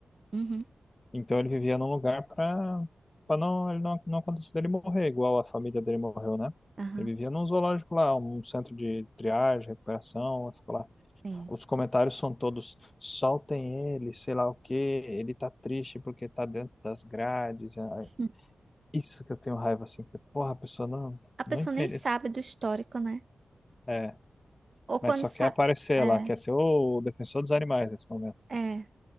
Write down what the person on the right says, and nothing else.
Uhum.
Aham.
Sim.
Hum.
A pessoa
nem sabe
do histórico, né?
Ou quando
sabe.
É,
é.